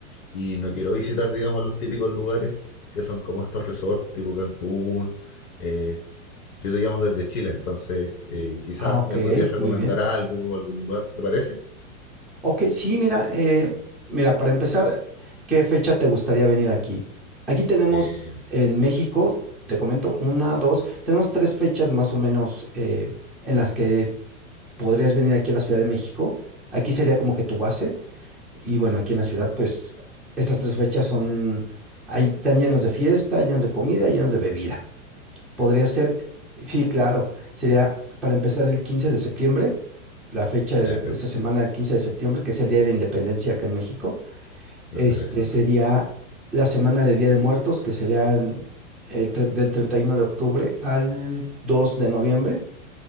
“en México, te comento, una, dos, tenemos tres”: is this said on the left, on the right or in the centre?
Centre